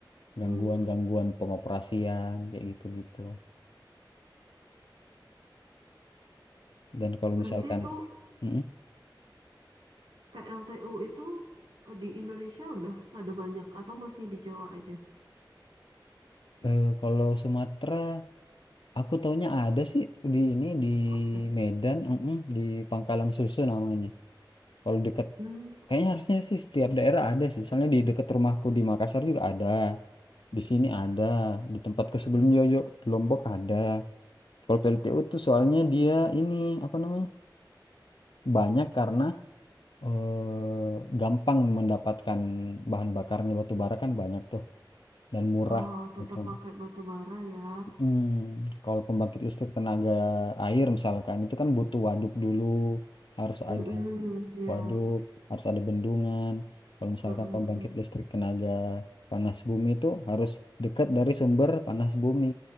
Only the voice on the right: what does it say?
mm.
Berarti
itu
PLTU itu eh, di Indonesia udah ada banyak atau masih di Jawa aja?
Oh, ada.
Hmm.
Oh, tetap
pakai batu bara ya.
Mm-mm,
ya.
Mm-mm-mm.